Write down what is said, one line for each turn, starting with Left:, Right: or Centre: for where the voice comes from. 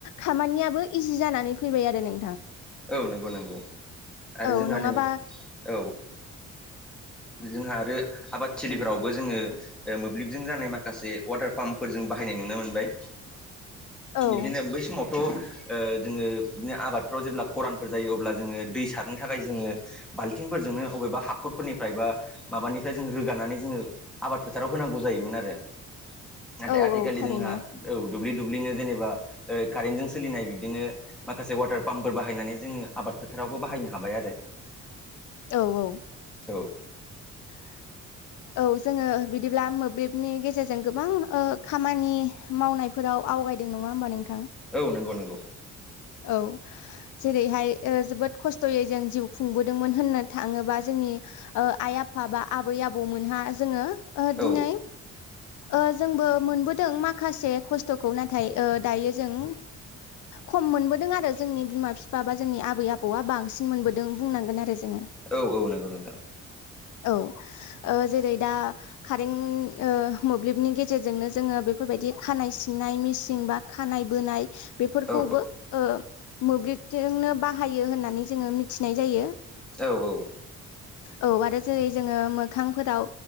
Left: खामानियाबो इजि जानानै फैबाय आरो नोंथां।
Centre: औ नंगौ नंगौ आरो
Left: औ
Centre: जोंहा
Left: नङाबा
Centre: नै औ जोंहा आरो आबादथिलिफ्रावबो जोङो ओ मोब्लिबजों जानाय माखासे वाटार पाम्पफोरजों बाहायनाय नुनो मोनबाय।
Left: <inaudible> औ
Centre: बिदिनो बै समावथ' ओ जोङो बिदिनो आबादफ्राव जेब्ला खरानफोर जायो अब्ला जोङो दै सारनो थाखाय जोङो बाल्थिंफोरजोंनो अबेबा हाखरफोरनिफ्राय बा माबानिफ्राय जों रोगानानै जोङो आबाद फोथाराव होनांगौ जायोमोन आरो नाथाय
Left: औ
Centre: आथिखालि
Left: औ थारैनो
Centre: जोंहा औ दुब्लि दुब्लिनो जेनेबा कारेन्ट जों सोलिनाय बिदिनो माखासे वाटार पाम्पफोर बा बाहायनानै जोङो आबाद फोथारावबो बाहायनो हाबाय आरो
Left: औ औ
Centre: औ
Left: <inaudible> औ जोङो बिदिब्ला मोब्लिबनि गेजेरजों गोबां ओ खामानि मावनाय फोराव आवगायदों नङा होमबा नोंथां।
Centre: औ नंगौ नंगौ
Left: औ जेरैहाय ओ जोबोद खस्थ'यै जों जिउ खुंबोदोंमोन होननो थाङोबा जोंनि ओ आइ आफा बा आबै आबौमोनहा जोङो ओ
Centre: औ
Left: दिनै ओ जोंबो मोनबोदों माखासे खस्थ'खौ नाथाय ओ दायो जों खम मोनबोदों आरो जोंनि बिमा बिफा बा जोंनि आबै आबौआ बांसिन मोनबोद दों बुंनांगोन आरो जोङो
Centre: औ औ नंगौ नोंथां
Left: औ ओ जेरै दा कारेन्ट ओ मोब्लिबनि गेजेरजोंनो जोङो बेफोरबायदि खानाय सिननाय मेचिन बा खानाय बोनाय बेफोरखौबो
Centre: औ
Left: ओ मोब्लिबजोंनो बाहायो होननानै जोङो मिथिनाय जायो।
Centre: औ औ।
Left: औ आरो जेरै जोङो मोखांफोराव